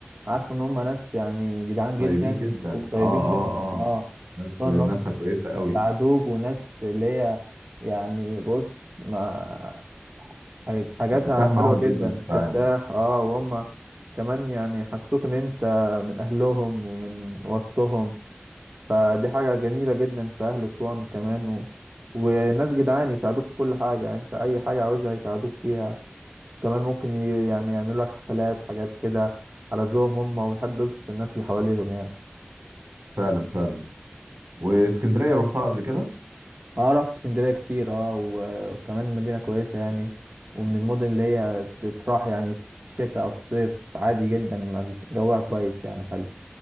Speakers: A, on the right; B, on the right.
A: عارف إن هم ناس يعني جدعان
B: طيبين
A: جدا
B: جدا
A: وطيبين
B: اه اه
A: جدا
B: اه
A: اه
B: ناس
A: خصوصا
B: ناسها
A: إن هم
B: كويسة قوي
A: بيساعدوك وناس اللي هي يعني بص ما حاج- حاجاتها
B: بترتاح معاهم
A: حلوة جدا
B: جدا في التعامل
A: ترتاح اه وهم كمان يعني حسوك إن أنت من أهلهم ومن وسطهم فدي حاجة جميلة جدا في أهل أسوان كمان و... وناس جدعان يساعدوك في كل حاجة يعني أنت أي حاجة عاوزها يساعدوك فيها كمان ممكن ي... يعني يعملوا لك حفلات حاجات كده على ذوقهم هم ويحب يبسط الناس اللي حواليهم يعني
B: فعلا فعلا واسكندرية رحتها قبل كده
A: اه رحت اسكندرية كتير اه و- وكمان مدينة كويسة يعني ومن المدن اللي هي تتراح يعني في الشتاء أو في الصيف عادي جدا ما جوها كويس يعني حلو